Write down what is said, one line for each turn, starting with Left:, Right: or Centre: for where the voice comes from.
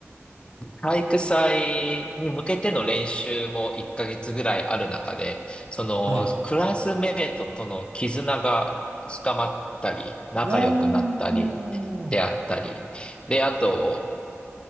Left: 体育祭に向けての練習も1ヶ月ぐらいある中で、そのクラスメートとの絆が深まったり、
Right: はい。
Left: 仲良くなったり、
Right: あー。
Left: であったり、で、あと、